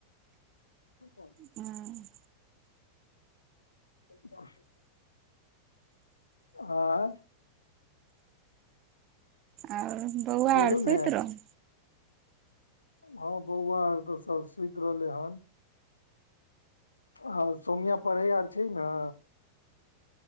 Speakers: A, on the left; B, on the right.
A: <unintelligible>
B: हँ
A: त आयें
B: आओर बौआ
A: बोलू
B: आर
A: ने
B: सुइत रहले
A: हँ बौआ आर त सब सुइत रहले हन हँ सोमिया पढ़ै आर छै न